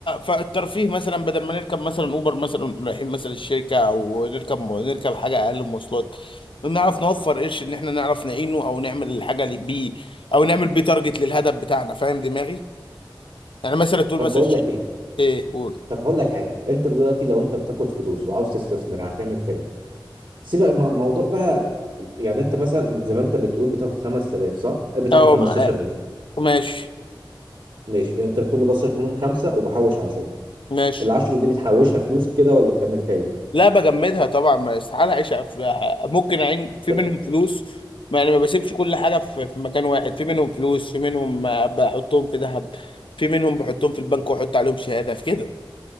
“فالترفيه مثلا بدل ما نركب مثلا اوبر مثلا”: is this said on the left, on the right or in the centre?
Left